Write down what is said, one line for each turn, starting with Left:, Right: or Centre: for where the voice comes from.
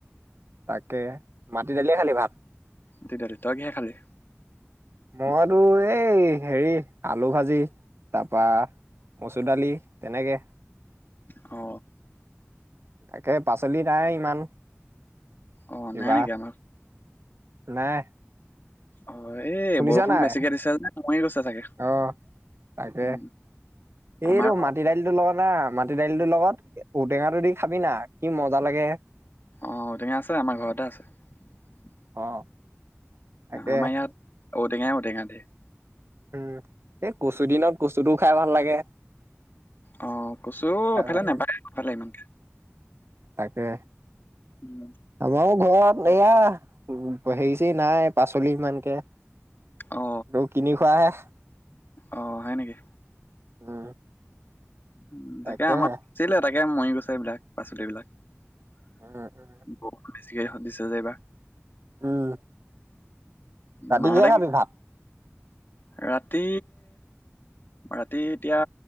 Right: তাকে মাটি দালিয়ে খালি ভাত
Left: দি দালি তই কিহে খালি
Right: মইতো এই হেৰি আলু ভাজি তাৰপা মচুৰ দালি তেনেকে
Left: অ
Right: তাকে পাচলি নাই ইমান
Left: অ
Right: কিবা
Left: নাই নেকি আমাৰ
Right: নাই
Left: অ এই
Right: শুনিছা
Left: বৰষুণ
Right: নাই
Left: বেছিকে দিছে যে মৰি গৈছে চাগে
Right: আহ তাকে
Left: উম
Right: এইটো
Left: আমাৰ
Right: মাটি দাইলটো লোৱা না <unintelligible> মাটি দাইলিটোৰ লগত ঔটেঙা টো দি খাবি না কি মজা লাগে
Left: আহ ঔটঙা আছে আমাৰ ঘৰতে আছে
Right: অ তাকে
Left: আমাৰ ইয়াত ঔটেঙাই ঔটেঙা দ <unintelligible>
Right: উম এই কচু দিনত কচুটো খাই ভাল লাগে
Left: অ কচু
Right: খাই
Left: ইফালে
Right: ভাল
Left: নাপায়
Right: লাগে
Left: ইফালে ইমানকে
Right: তাকে
Left: উম
Right: আমাৰো ঘৰত এয়া হেৰিচ নাই পাচলি ইমানকে
Left: অ
Right: তৌ কিনি খোৱাহে
Left: অ হয় নেকি
Right: উম।
Left: উম
Right: তাকেহে
Left: তাকে আমাৰ চিল মৰি গোছেই এই বিলাক পাচলিবিলাক <inaudible>
Right: উম উম
Left: ব যিয়ে সুদিশে যে এই বা
Right: উ <inaudible> ৰাতিকে
Left: মাহঁতে
Right: খাবি
Left: কি
Right: ভাত <inaudible>
Left: ৰাতি ৰাতি এতিয়া